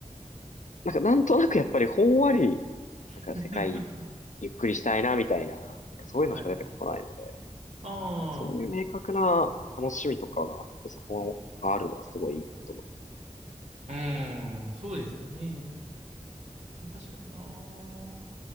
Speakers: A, on the left; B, on the right.
A: なんかなんとなくやっぱりほんわり、なんか世界
B: <laughs>
A: ゆっくりしたいなみたいな、なんかそういうのしか出てこないので、
B: はい。ああ、
A: そういう明確な楽しみとかがあって、そこがあるのはすごいいいなと思います。
B: うーん、そうですよね。確かにな。